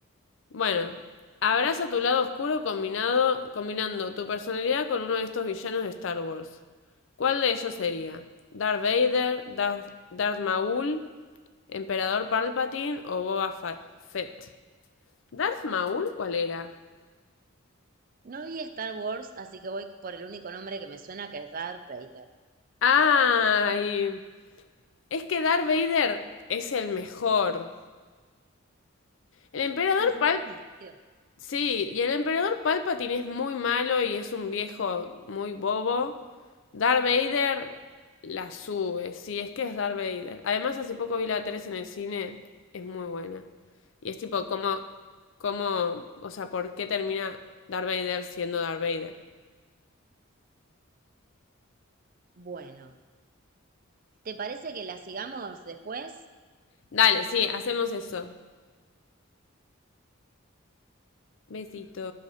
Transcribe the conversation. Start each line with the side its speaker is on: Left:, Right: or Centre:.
Left: Bueno, abraza tu lado oscuro combinado, combinando tu personalidad con uno de estos villanos de Star Wars. ¿Cuál de ellos sería? ¿Darth Vader? ¿Darth, Darth Maul? ¿Emperador Palpatine o Boba Fett? ¿Darth Maul cuál era?
Right: No vi Star Wars, así que voy por el único nombre que me suena, que es Darth Vader.
Left: ¡Ay! Es que Darth Vader es el mejor. El emperador
Right: Y es el
Left: Pal...
Right: más conocido.
Left: Sí, y el emperador Palpatine es muy malo y es un viejo muy bobo. Darth Vader la sube, sí, es que es Darth Vader. Además, hace poco vi la 3 en el cine, es muy buena. Y es tipo, ¿cómo, cómo, o sea, por qué termina Darth Vader siendo Darth Vader?
Right: Bueno, ¿te parece que la sigamos después?
Left: Dale, sí, hacemos eso. Besito.